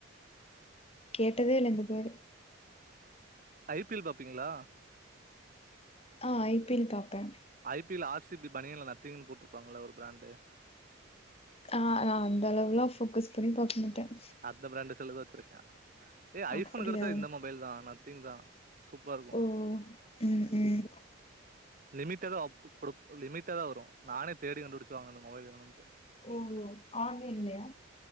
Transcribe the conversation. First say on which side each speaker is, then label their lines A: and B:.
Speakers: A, on the left; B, on the right.
A: கேட்டதே இல்ல இந்த பேரு
B: ஐ பி எல் பாப்பீங்களா
A: ஆ ஐ பி எல் பாப்பேன்
B: I P L R C B பணியன்ல நத்தீங்னு போட்டிருப்பாங்கள ஒரு ப்ராண்டு
A: ஆ நா அந்த அளவுல்லாம் போக்கஸ் பண்ணி பாக்க மாட்டேன்
B: அந்த ப்ராண்டு செல்லுதான் வச்சிருக்கேன் ஏய் ஐஃபோனு
A: அப்படியா
B: அடுத்த இந்த மொபைல் தான் நத்திங் தான் சூப்பரா இருக்கும்
A: ஓ ம் ம்
B: லிமிட்ட தான் அப் குடு லிமிட்டா தான் வரும் நானே தேடிகண்டுபுடிச்சு வாங்குனேன் இந்த மொபைல் வேணும்ன்ட்டு
A: ஓ ஆன்லைன் இல்லையா